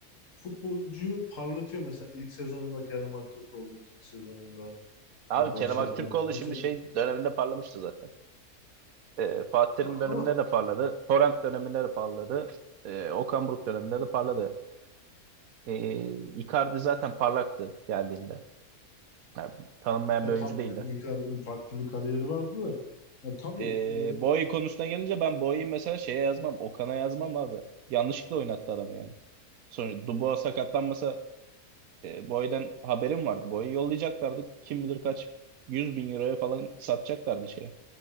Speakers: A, on the left; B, on the right.
A: futbolcuyu parlatıyor mesela ilk sezonunda Kerem Aktürkoğlu, ikinci sezonunda
B: Abi
A: e, Barış
B: Kerem Aktürkoğlu
A: Alper. Bu
B: şimdi
A: sene
B: şey döneminde parlamıştı zaten. Ee, Fatih Terim
A: Ta-
B: döneminde
A: ama
B: de parladı. Torrent döneminde de parladı. Ee, Okan Buruk döneminde de parladı. Ee, Icardi zaten parlaktı geldiğinde. Yani tanınmayan
A: e,
B: bir
A: tabii
B: oyuncu değildi.
A: yani Icardi'nin farklı bir kariyeri vardı da e, tabii
B: Ee,
A: e,
B: Boye konusuna gelince ben Boye'yi mesela şeye yazmam. Okan'a yazmam abi. Yanlışlıkla oynattı adamı yani. Sonra Dubois sakatlanmasa E, Boy'dan haberim vardı. Boy'u yollayacaklardı. Kim bilir kaç 100 bin euroya falan satacaklardı şeye.